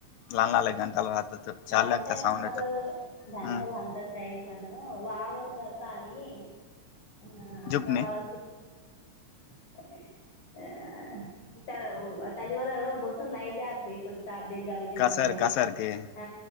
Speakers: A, on the left; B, on the left.
A: <unintelligible> चालल्या
B: घंटा
A: त्या
B: नवात,
A: साऊंड येतात
B: घंटा
A: हम्म
B: बांधतात काही पण वाव ते करता आणि ह
A: झुकणे
B: जा आवर की. <inaudible> अ त्याच्यावर बसून नाही जात रे कुठं. सात दे गावी जानावाल्या
A: कासार कासार के
B: ह